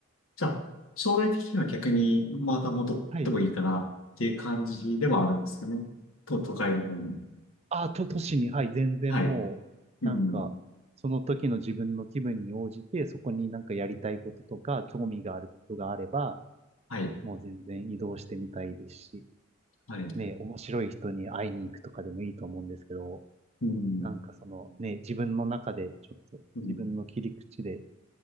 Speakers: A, on the left (about 85°); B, on the right (about 30°).
A: じゃあ、将来的には逆にまた戻ってもいいかなっていう感じではあるんですかね。
B: はい。
A: と、都会の方に。
B: あ、と、都市に、はい、全然もう、
A: はい、うん、
B: なんか、その時の自分の気分に応じて、そこになんかやりたいこととか、興味があることがあれば、
A: はい、
B: もう全然移動してみたいですし、
A: はい、
B: ね、面白い人に会いに行くとかでもいいと思うんですけど、
A: うん、
B: なんかそのね、自分の中でちょっと、
A: うん、
B: 自分の切り口で、